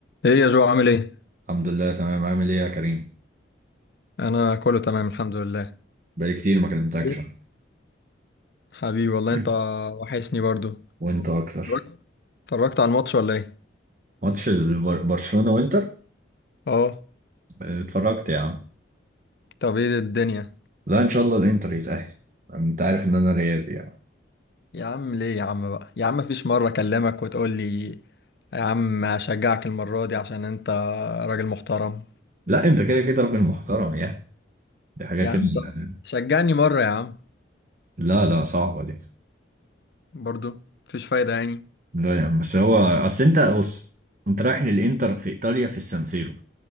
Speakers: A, on the left (about 55°); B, on the right (about 40°).
A: ايه يا جو عامل ايه
B: الحمد لله تمام عامل ايه يا كريم
A: انا كله تمام الحمد لله
B: بقالي كتير ما كلمتكش
A: ليه؟
B: <clears throat>
A: حبيبي والله
B: انا
A: انت وحشني برضو
B: <laughs> وانت اكتر
A: اتفرجت اتفرجت على الماتش ولا ايه
B: ماتش البر- برشلونة وانتر
A: اه
B: اتفرجت يا عم
A: طب ايه الدنيا
B: لا ان شاء الله الانتر يتأهل انت عارف ان انا ريالي يعني
A: يا عم ليه يا عم بقى يا عم مفيش مرة اكلمك وتقول لي يا عم هشجعك المرة دي عشان انت راجل محترم
B: لا انت كده كده راجل محترم يعني دي حاجة
A: يا
B: كده
A: عم طب
B: يعني.
A: شجعني مرة يا عم
B: لا لا صعبة دي
A: برضو مفيش فايدة يعني
B: لا يعني بس هو اصل انت بص انت رايح للانتر في ايطاليا في السانسيرو